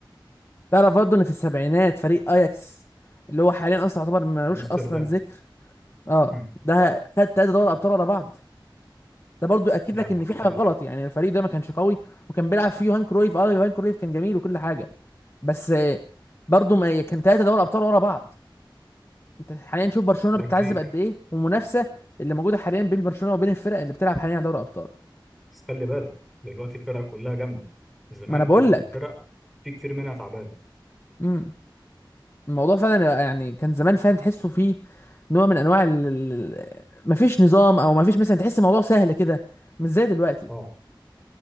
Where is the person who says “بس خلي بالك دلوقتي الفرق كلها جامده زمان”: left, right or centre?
Centre